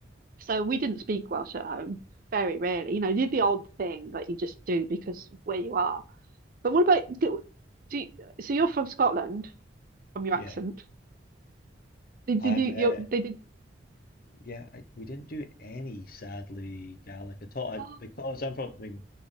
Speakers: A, on the right; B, on the left.
A: so we didn't speak Welsh at home very rarely. You know, you did the odd thing that you just do because where you are. But what about do, do you, so you're from Scotland from your
B: Yeah.
A: accent? Did,
B: I'm
A: did you you
B: uh,
A: they didn't?
B: yeah, I, we didn't do any sadly Gaelic at all. I,
A: Oh,
B: because I'm from I mean